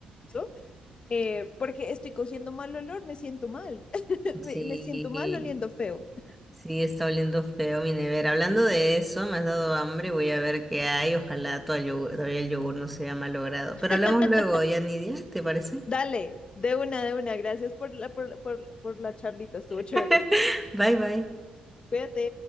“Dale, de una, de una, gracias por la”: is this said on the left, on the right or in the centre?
Left